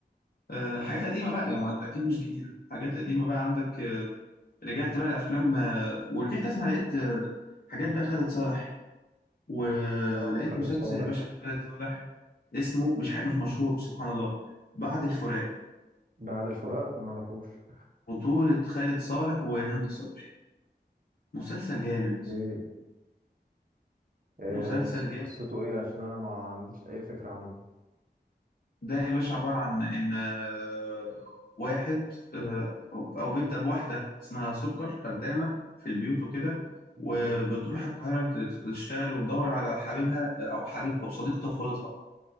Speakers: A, on the left; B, on the right.
A: آه، حاجات قديمه بقى يعني اكيد مش جديده حاجات قديمه بقى عندك آه، رجعت بقى الافلام آه، ورجعت اسمع لقيت آه، حاجات بقى خالد صالح ولقيت
B: اه خالد
A: مسلسل
B: صالح
A: يا باشا خالد صالح اسمه مش حاجة مش مشهور سبحان الله بعد الفراق
B: ده عادل فراق ما اعرفوش
A: بطولة خالد صالح وهند صبري مسلسل جامد
B: ايه إيه
A: مسلسل
B: هو قص-
A: جامد
B: قصته ايه عشان انا ما عنديش اي فكرة عنه
A: ده يا باشا عبارة عن إن آه، واحد آه، أو أو بيبدأ بواحدة اسمها سكر خدامة في البيوت وكده
B: اوكي
A: وبتروح القاهرة ت- ت- تشتغل وتدور على حبيبها آه، أو حبيب أو صديق طفولتها